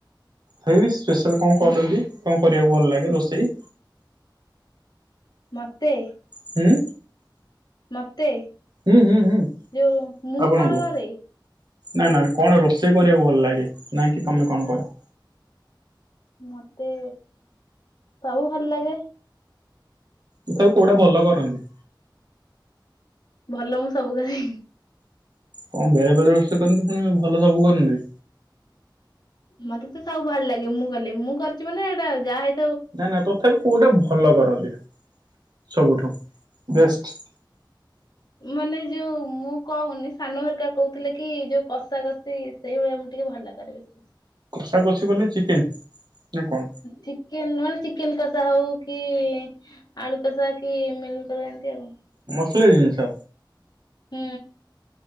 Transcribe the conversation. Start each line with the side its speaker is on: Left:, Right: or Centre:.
Right: ହେଇସି ସ୍ପେଶାଲ୍
Left: ନାହିଁ।
Right: କଣ କରୁଛନ୍ତି। କଣ କରିବାକୁ ଭଲ ଲାଗେ ରୋଷେଇ
Left: ମତେ
Right: ହୁଁ।
Left: ମ ତେ
Right: ହୁଁ ହୁଁ ହୁଁ
Left: ଯୋଉ ମୁଁ
Right: ଆପଣଙ୍କୁ
Left: କଣ କରେ
Right: ନା ନା କଣ ରୋଷେଇ କରିବାକୁ ଭଲ ଲାଗେ ନାଇଁକ କି ତମେ କଣ କର?
Left: ମତେ ସବୁ ଭଲ ଲାଗେ।
Right: ତଥାପ କୋଉଟା ଭଲ କରନ୍ତି?
Left: ଭଲ ମୁଁ ସବୁ କରେ
Right: ହଁ ବେଳେ ବେଳେ ରୋଷେଇ କରନ୍ତି ପୁଣି ଭଲ ସବୁ କରନ୍ତି।
Left: ମତେ ତ ସବୁ ଭଲ ଲାଗେ ମୁଁ କଲି ମୁଁ କରିଛି ମାନେ ଏଇଟା ଯାହା ହେଇ
Right: ନାଇ ନା ତଥାପି କୋଉଟା ଭଲ କରନ୍ତି। ସବୁଠୁ ବେଷ୍ଟ
Left: ମାନେ ଯୋଉ ମୁଁ କହୁନି ସାନ ହରକା କହୁଥିଲେ କି ଯୋଉ କଷା କଷି ସେଇଭଳିଆ ଆମେ ଟିକେ ଭଲ କରେ ବେଶୀ। ହୁଁ
Right: ଆଗକୁ ଅଛି ମାନେ ଚିକେନ ନା କଣ
Left: ଚିକେନ ମାନେ ଚି ଚିକେନ କଷା ହଉ କି ଆଳୁ କଷା କି ମିମି ଏମ୍ ଏମିତି ଆଉ
Right: କି ଜିନିଷ
Left: ହୁଁ।